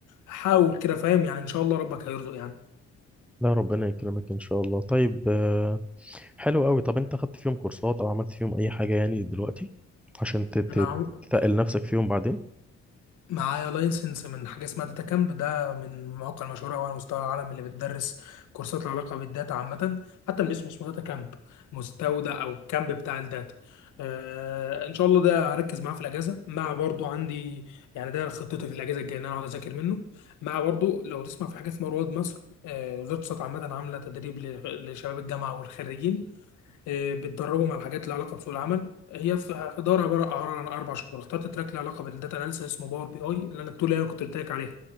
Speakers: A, on the left (about 80°); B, in the centre.
A: احاول كده فاهم يعني ان شاء الله ربك هيرزق يعني
B: لا ربنا يكرمك ان شاء الله طيب آه، حلو قوي طب انت خدت فيهم كورسات او عملت فيهم اي حاجه يعني دلوقتي عشان تت-
A: انا
B: تت- تتقل نفسك فيهم بعدين
A: معايا لايسنس من حاجه اسمها داتا كامب ده من المواقع المشهوره أوي على مستوى العالم اللي بتدرس كورسات لها علاقه بالداتا عامه حتى من اسمه اسمه داتا كامب مستودع او الكامب بتاع الداتا آه ان شاء الله ده هركز معاه في الاجازه مع برضو عندي يعني ده خطتي في الاجازه الجايه ان انا اقعد اذاكر منه مع برضو لو تسمع في حاجه اسمها رواد مصر آه وزاره الصحه عامه عامله تدريب ل- لشباب الجامعه والخريجين آه، بتدربهم على حاجات لها علاقه بسوق العمل هي في دورة عباره عبارة عن اربع شهور اخترت تراك له علاقه بالداتا اناليسيس اسمه باور بي اي اللي انا التول اللي انا كنت قلت لك عليها